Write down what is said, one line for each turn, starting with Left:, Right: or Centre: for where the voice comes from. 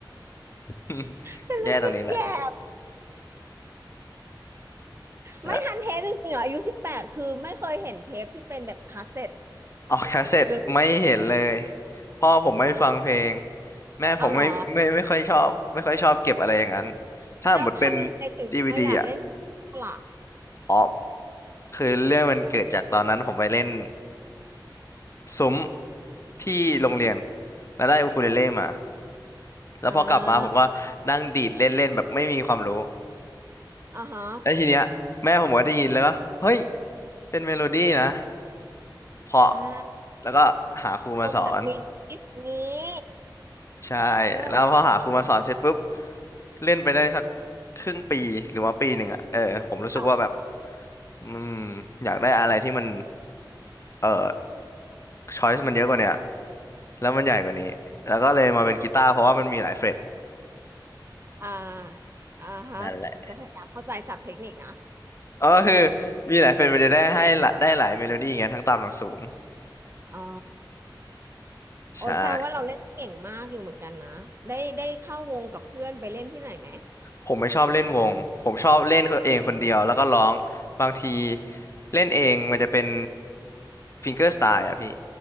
Left: <laughs>
Right: ฉันรู้สึกแก่
Left: แย่ตรงนี้แหละแล้ว
Right: ไม่ทันเทปจริงๆเหรออายุสิบแปดคือไม่เคยเห็นเทปที่เป็นแบบคาสเซ็ต
Left: ออกแคสเซ็ตไม่เห็นเลย
Right: เลยอะ
Left: พ่อผมไม่ฟังเพลง
Right: แม่
Left: แม่ผมไม่ไม่ไม่ค่อยชอบไม่ค่อยชอบเก็บอะไรอย่างนั้น
Right: เอาเหรอ
Left: ถ้าหมดเป็น
Right: แล้วทำยังไงถึงมาอยากเล่นกีตาร์ล่ะ
Left: ดีวีดีอ่ะอ๋อ คือเรื่องมันเกิดจากตอนนั้นผมไปเล่นซุ้มที่โรงเรียนแล้วได้อูคูเลเล่มาแล้วพอกลับมาผมก็นั่งดีดเล่นเล่นแบบไม่มีความรู้
Right: อ่าอ่าฮะ
Left: แล้วทีเนี้ยแม่ผมก็ได้ยินแล้วก็เฮ้ยเป็นเมโลดี้นะเพราะ
Right: อ่า
Left: แล้วก็หาครูมาสอน
Right: โมแบบมีกิฟต์นี้
Left: ใช่
Right: ก็
Left: แล้วพอหาครูมาสอนเสร็จปุ๊บ
Right: จริง
Left: เล่นไปได้สักครึ่งปีหรือว่าปีหนึ่งอ่ะเออผมรู้สึกว่าแบบ
Right: ค่ะ
Left: อืมอยากได้อะไรที่มันเออ ช้อยส์มันเยอะกว่าเนี่ยแล้วมันใหญ่กว่านี้แล้วก็เลยมาเป็นกีตาร์เพราะว่ามันมีหลายเฟรต
Right: อ่าอ่าฮะจะพยายามเข้าใจศัพท์เทคนิคนะ
Left: นั่นแหละเออคือมีหลายเฟรตมันจะได้ให้ละได้หลายเมโลดี้ไงทั้งต่ำทั้งสูง
Right: อ๋อ
Left: ใช่
Right: โอ๊ยแปลว่าเราเล่นเก่งมากอยู่เหมือนกันนะได้ได้เข้าวงกับเพื่อนไปเล่นที่ไหนไหม
Left: ผมไม่ชอบเล่นวงผมชอบเล่นเองคนเดียวแล้วก็ร้องบางทีเล่นเองมันจะเป็นฟิงเกอร์สไตล์อะพี่